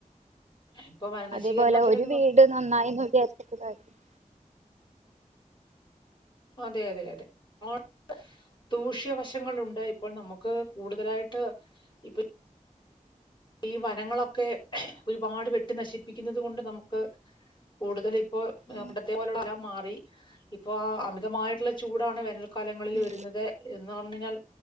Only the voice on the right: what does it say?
അതേപോലെ ഒരു വീട്
നന്നായിന്ന് വിചാരിച്ചിട്ട് കാര്യമില്ല
ഉം
ഉം